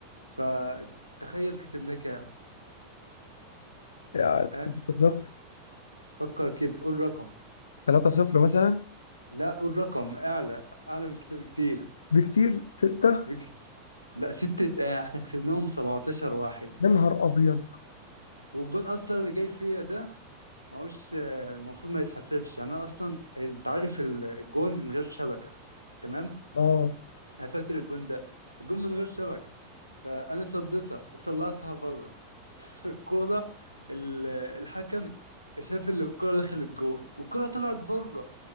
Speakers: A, on the left (about 85°); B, on the left (about 70°).
A: فتخيل كسبناه كام
B: يعني
A: أه؟
B: 3-0
A: فكر كده قول رقم
B: 3-0 مثلا
A: لا قول رقم أعلى أعلى من كده بكتير
B: بكتير 6
A: بك... لا ستة آه، احنا كسبناهم 17 واحد
B: يا نهار ابيض
A: والجون أصلا اللي جاي فيا ده ما هوش آه، المفروض ما يتحسبش يعني أنا أصلا أنت عارف الجون من غير شبكة تمام
B: اه
A: انا فاكر الجون ده الجون من غير شبكه فانا صديتها وطلعتها بره فالكوره ال- الحكم شاف ان الكوره دخلت الجون والكوره طلعت بره